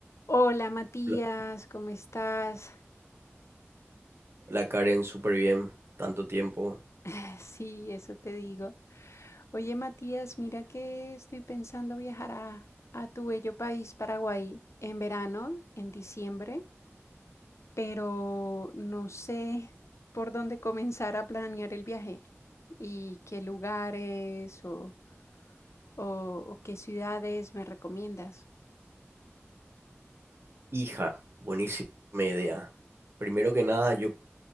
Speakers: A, on the left (about 75°); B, on the right (about 60°).
A: Hola Matías,
B: La,
A: ¿cómo estás? <sighs>
B: la Karen, súper bien, tanto tiempo.
A: <laughs> Sí, eso te digo. Oye Matías, mira que estoy pensando viajar a, a tu bello país, Paraguay, en verano, en diciembre, pero no sé por dónde comenzar a planear el viaje y qué lugares o, o- o qué ciudades me recomiendas.
B: Hija, buenísima idea. Primero que nada, yo